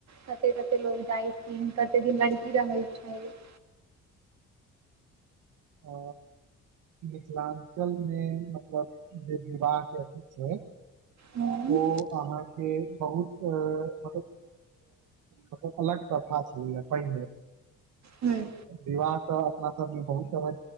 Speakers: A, on the right; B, on the right.
A: कते कते लोग जाय छैन कते दिल्ली <inaudible>
B: आ मिथिलाञ्चलमे मतलब जे विवाहके अथी छै
A: हूँ
B: ओ अहाँके बहुत म बहुत अलग प्रथा छल पहिनेे
A: हूँ
B: विवाह तऽ अपना सब मे बहुत त